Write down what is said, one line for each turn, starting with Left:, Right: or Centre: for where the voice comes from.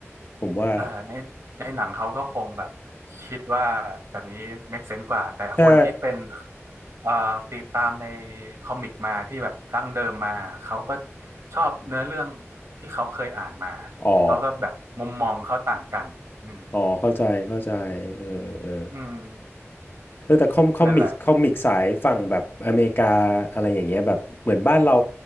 Left: ผมว่า
Right: เออในในหนังเขาก็คงแบบคิดว่าแบบนี้ make sense กว่าแต่คนที่เป็น
Left: ใช่
Right: เอ่อติดตามในคอมิกมาที่แบบดั้งเดิมมาเขาก็ชอบเนื้อเรื่องที่เขาเคยอ่านมา
Left: อ๋อ
Right: เขาก็แบบมุมมองเขาต่างกันอืม
Left: อ๋อเข้าใจเข้าใจเออเออ
Right: อืม
Left: เธอแต่คอมคอมิกคอมิกสายฝั่งแบบอเมริกาอะไรอย่างเงี้ยแบบเหมือนบ้านเรา
Right: นั่นแหละ